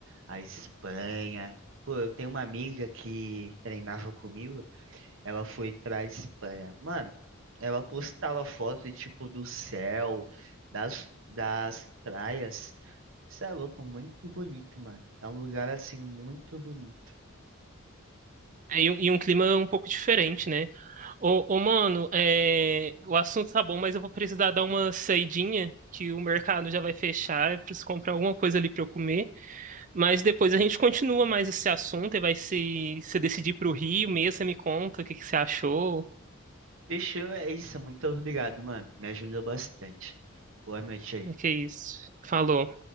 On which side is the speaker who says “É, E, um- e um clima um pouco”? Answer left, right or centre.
Right